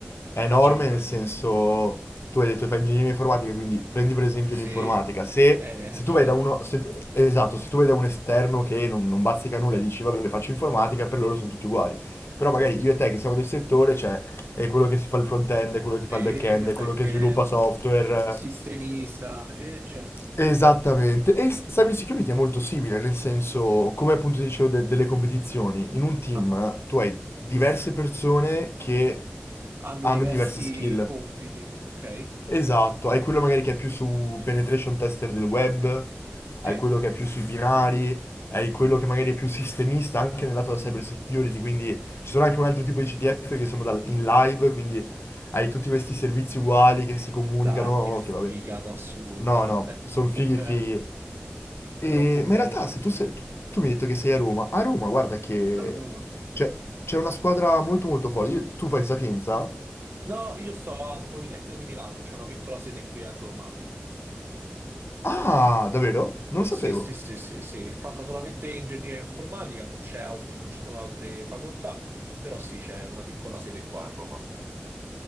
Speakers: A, on the left; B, on the right.
A: È enorme
B: è certo.
A: nel senso, tu hai detto che fai ingegneria informatica, quindi prendi per esempio
B: Sì,
A: l'informatica. Se,
B: è
A: se
B: gigante.
A: tu vai da uno, se- esatto, se tu vai da un esterno che non, non bazzica nulla e dici vabbè faccio informatica, per loro sono tutti uguali. Però
B: Certo.
A: magari io e te che siamo del settore, c'è è quello che si fa il front-end, è quello che fa
B: E
A: il back-end,
B: back-end,
A: è quello che sviluppa software.
B: cioè, sistemista, e certo,
A: Esattamente, e s- cyber security è molto simile, nel senso, come appunto ti dicevo de- delle competizioni, in un team
B: Ah, ah.
A: eh, tu hai diverse persone che
B: hanno
A: hanno
B: diversi
A: diverse skill.
B: compiti, ok?
A: Esatto, hai quello magari che è più su penetration tester del web, hai
B: Sì?
A: quello che è più sui binari, hai quello che magari è più sistemista anche nel lato della cyber security, quindi ci sono anche un altro tipo di CTF che sono dal- in live, quindi hai tutti questi servizi uguali che si comunicano,
B: Dai, che figata
A: che vabbè.
B: assurda,
A: No, no,
B: è
A: sono
B: troppo
A: fighi
B: bello,
A: fighi. E-
B: troppo bello.
A: ma in realtà, se tu, sei- tu- tu mi hai detto che sei a Roma, a Roma, guarda che
B: Sarò a Roma.
A: c'è c'è una squadra molto molto forte. Io- tu fai Sapienza?
B: No, io sto al Politecnico di Milano, c'è una piccola sede qui a Roma.
A: Ah, davvero? Non lo
B: Sì,
A: sapevo.
B: sì, sì, sì, sì, fanno solamente ingegneria informatica, non c'è altre, non ci sono altre facoltà, però sì, c'è una piccola sede qua a Roma, appunto.